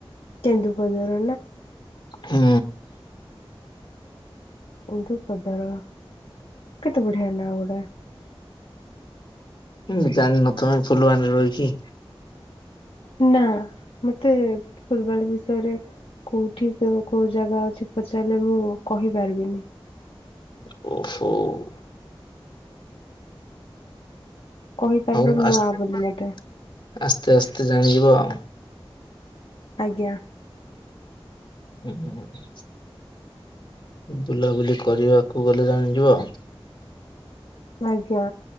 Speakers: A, on the left (about 75°); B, on the left (about 55°).
A: କେନ୍ଦୁପଦା।
B: ହୁଁ।
A: କେନ୍ଦୁପଦାର କେତେ ବଢିଆ ନା ଗୁଡା।
B: ଉଁ ଜାଣିନ ତ <unintelligible> ଫୁଲବାଣୀ ରହିକି।
A: ନା ମତେ ଫୁଲବାଣୀ ବିଷୟରେ। କଉଠି କେଉଁ କେଉଁ ଜାଗା ଅଛି ପଚାରିଲେ ମୁଁ କହିପାରିବିନି।
B: ଓହୋଉ।
A: କହିପାରିବ
B: ହଉ ଆ
A: ନୂଆ
B: ଆସ୍ତେ
A: ବୋଲି ମତେ
B: ଆସ୍ତେ ଜାଣିଯିବ ଆଉ।
A: ଆଜ୍ଞା।
B: ହୁଁ ହଁ। ବୁଲାବୁଲି କରିବାକୁ ଗଲେ ଜାଣିଯିବ।
A: ଆଜ୍ଞା